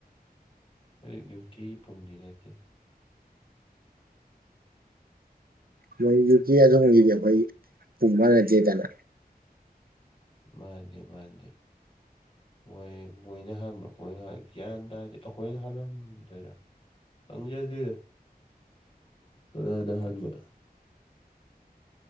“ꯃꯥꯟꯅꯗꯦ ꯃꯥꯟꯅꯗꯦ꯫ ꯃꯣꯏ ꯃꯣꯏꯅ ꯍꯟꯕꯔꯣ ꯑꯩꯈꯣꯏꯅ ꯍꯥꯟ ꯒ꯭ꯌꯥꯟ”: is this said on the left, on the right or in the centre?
Left